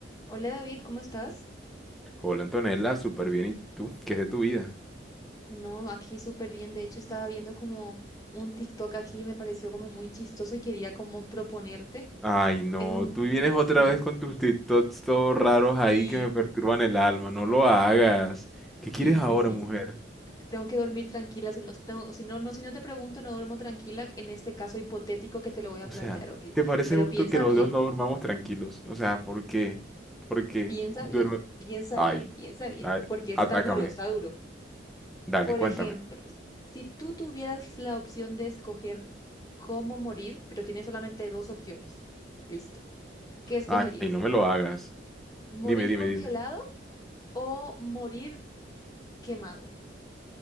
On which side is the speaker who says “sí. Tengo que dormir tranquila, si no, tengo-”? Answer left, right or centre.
Left